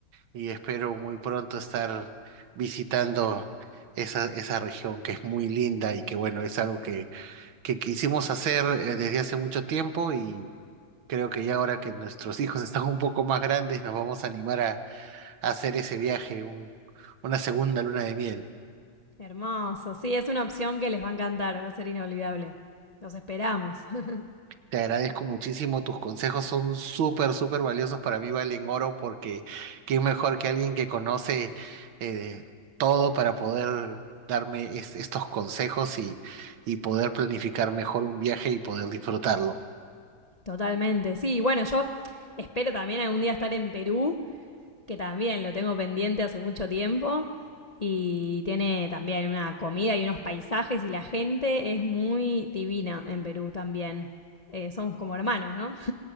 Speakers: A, on the right (about 85°); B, on the left (about 45°).
A: y espero muy pronto estar visitando esa, esa región que es muy linda y que bueno, es algo que, que quisimos hacer eh, desde hace mucho tiempo y creo que ya ahora que nuestros hijos <laughs> están un poco más grandes nos vamos a animar a, a hacer ese viaje, un- una segunda luna de miel.
B: Hermoso, sí, es una opción que les va a encantar, va a ser inolvidable. Los esperamos, <laughs>
A: Te agradezco muchísimo, tus consejos son súper, súper valiosos para mí, valen oro, porque quién mejor que alguien que conoce eh, todo para poder darme es- estos consejos y, y poder planificar mejor un viaje y poder disfrutarlo.
B: totalmente. Sí, bueno, yo espero también algún día estar en Perú, que también lo tengo pendiente hace mucho tiempo. Y tiene también una comida y unos paisajes y la gente es muy divina en Perú también. Eh, somos como hermanos, ¿no?